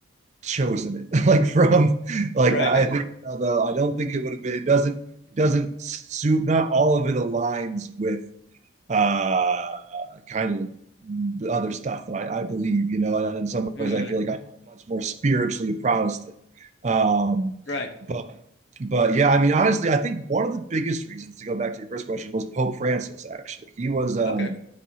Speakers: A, on the right; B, on the left.
A: chosen it. <laughs> Like from like
B: Right.
A: I
B: <laughs>
A: think about the, I don't think it would have been. It doesn't. It doesn't suit. Not all of it aligns with uh, kind of other stuff that I, I believe, you know, and in some
B: Mm,
A: ways I feel like I'm much more spiritually a Protestant. Um,
B: right.
A: but but yeah, I mean, honestly, I think one of the biggest reasons to go back to your first question was Pope Francis, actually. He was um
B: Okay.